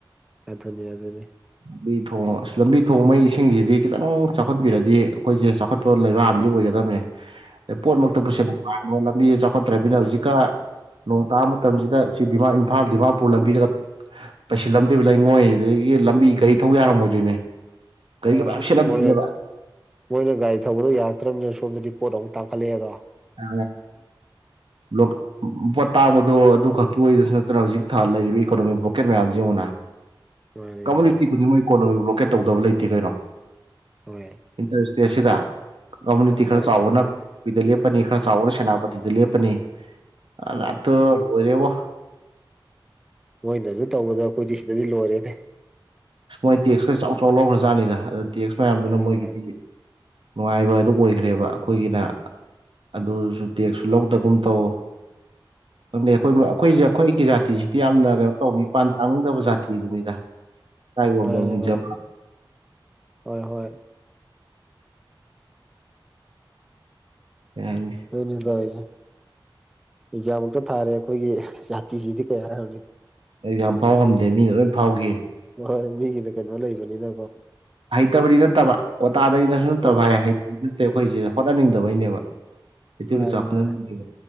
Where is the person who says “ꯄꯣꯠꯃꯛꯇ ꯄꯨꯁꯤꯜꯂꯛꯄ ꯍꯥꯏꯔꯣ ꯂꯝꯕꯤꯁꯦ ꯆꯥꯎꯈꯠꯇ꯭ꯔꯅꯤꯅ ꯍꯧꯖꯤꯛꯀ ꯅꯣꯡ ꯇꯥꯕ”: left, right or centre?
Right